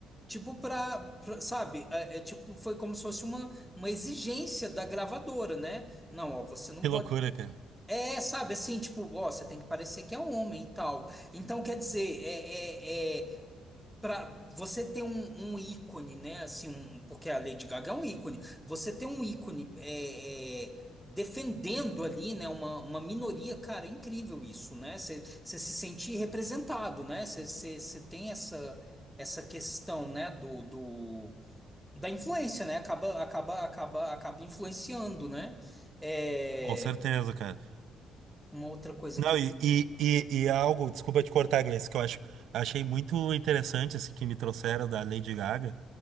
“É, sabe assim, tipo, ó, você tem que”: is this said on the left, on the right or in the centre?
Centre